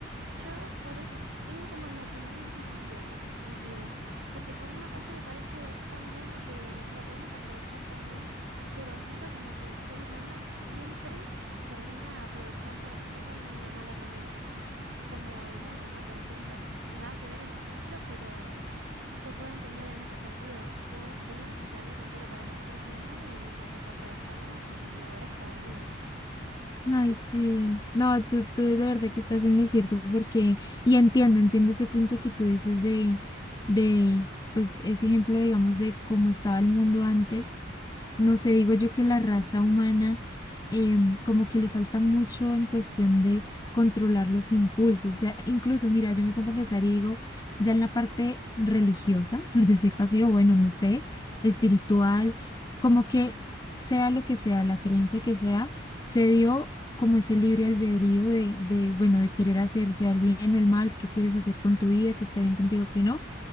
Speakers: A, on the right; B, on the left.
A: yo por eso es- tengo como la opinión dividida en ese sentido, porque por una parte me parece tan bueno que l- la podemos aprovechar también, pero siento como que el ser humano siempre termina aprovechando las cosas de una mala manera, como el mundo, ¿no? Por ejemplo, nada que ver el ejemplo, pero se puede entender en ese sentido. Tene- Teníamos un planeta entero para nosotros mismos y lo desaprovechamos y ahora está horrible.
B: Ay, sí. No, tú, tú de verdad que estás en lo cierto porque, y entiendo, entiendo ese punto que tú dices de, de, pues ese ejemplo, digamos, de cómo estaba el mundo antes. No sé, digo yo que la raza humana eh, como que le falta mucho en cuestión de controlar los impulsos. O sea, incluso, mira, yo me pongo a pensar y digo, ya en la parte religiosa, <laughs> por decirlo así, o bueno, no sé, espiritual, como que sea lo que sea, la creencia que sea, se dio como ese libre albedrío de, de, bueno, de querer hacerse al bien o el mal, qué quieres hacer con tu vida, qué está bien contigo, qué no.